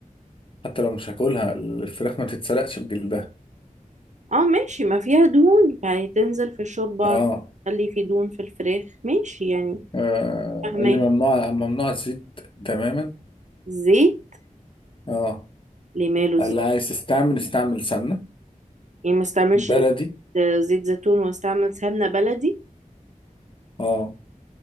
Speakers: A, on the left; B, on the right.
A: حتى لو مش هاكلها الفراخ ما تتسلقش بجلدها
B: اه ماشي ما فيها دهون يعني تنزل في الشوربة
A: اه,
B: تخلي في دهون في الفراخ ماشي يعني
A: آه
B: فاهمة
A: قال لي ممنوع ممنوع الزيت تماما
B: زيت
A: اه
B: لماله
A: قال
B: زيت
A: لي عايز تستعمل استعمل سمنه
B: يعني ما استعملش
A: بلدي
B: زيت زيت زيتون واستعمل سمنة بلدي
A: اه